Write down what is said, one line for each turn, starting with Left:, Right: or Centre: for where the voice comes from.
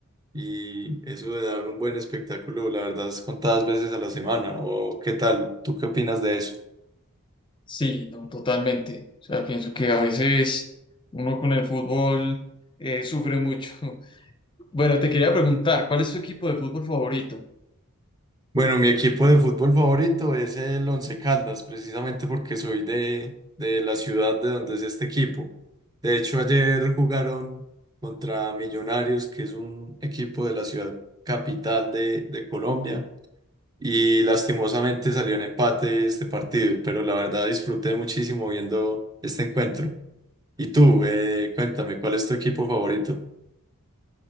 Right: y eso de dar un buen espectáculo, la verdad es contadas veces a la semana. ¿O qué tal? ¿Tú qué opinas de eso?
Left: Sí, no, totalmente. O sea, pienso que a veces uno con el fútbol eh, sufre mucho. <laughs> Bueno, te quería preguntar, ¿cuál es tu equipo de fútbol favorito?
Right: Bueno, mi equipo de fútbol favorito es el Once Caldas, precisamente porque soy de, de la ciudad de donde es este equipo. De hecho, ayer jugaron contra Millonarios, que es un equipo de la ciudad capital de, de Colombia, y lastimosamente salió en empate este partido, pero la verdad disfruté muchísimo viendo este encuentro. Y tú, eh, cuéntame, ¿cuál es tu equipo favorito?